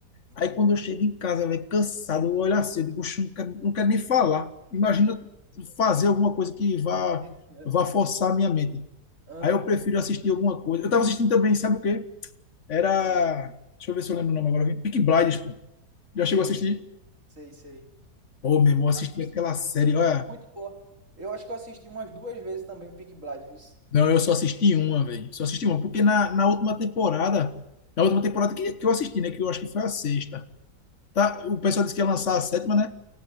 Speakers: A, on the right (about 50°); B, on the left (about 50°).
A: entendi.
B: Aí quando eu chego em casa, velho, cansado, eu olho assim, eu digo, "Oxe, não quero, não quero nem falar. Imagina fazer alguma coisa que vá,
A: É.
B: vá forçar a minha mente.
A: Aham,
B: Aí eu prefiro assistir alguma coisa. Eu tava assistindo também, sabe o quê? Era.
A: ah,
B: Deixa eu ver se eu lembro o nome agora. Peaky Blinders, pô. Já
A: sei,
B: chegou a assistir?
A: sei, sei.
B: Ô, meu irmão, eu assisti
A: Assisti.
B: aquela série.
A: Muito,
B: Olha,
A: muito boa. Eu acho que eu assisti umas duas vezes também Peaky Blinders.
B: não, eu só assisti uma, velho. Só assisti uma. Porque na, na última temporada. Na última temporada que, que eu assisti, né? Que eu acho que foi a sexta. Tá? O pessoal disse que ia lançar a sétima, né?